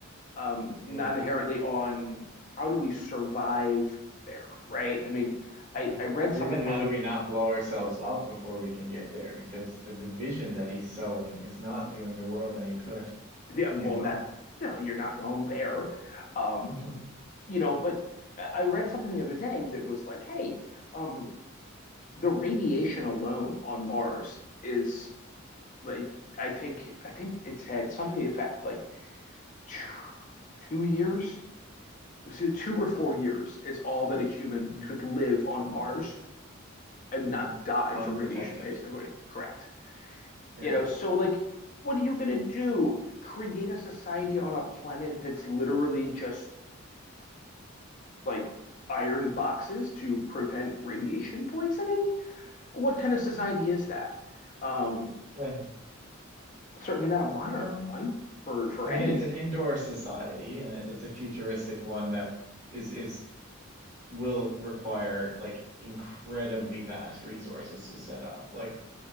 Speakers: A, on the left; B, on the right.
A: um,
B: Yeah.
A: not inherently on how do we survive there, right? I mean,
B: <laughs>
A: I I read
B: Or
A: something
B: even how
A: the other,
B: do we not blow ourselves up before we can get there? Because the division that he's sowing is not doing the world any good,
A: yeah, well
B: you know?
A: that no, you're not wrong there, um,
B: <laughs>
A: you know, but I read something the other day that was like, hey, um, the radiation alone on Mars is like I think I think it's had something to the effect like two, two years. It was either two or four years is all that a human
B: Mm,
A: could live on Mars and
B: mm.
A: not die
B: Unprotected.
A: from radiation poisoning. Correct.
B: Yeah.
A: You know, so like, what are you gonna do? Create a society on a planet that's literally just like iron boxes to prevent radiation poisoning? What kind of society is that? Um,
B: Eh,
A: certainly not a modern
B: Well,
A: one for for
B: I
A: any.
B: mean, it's an indoor society and it- it's a futuristic one that is is will require like incredibly vast resources to set up. Like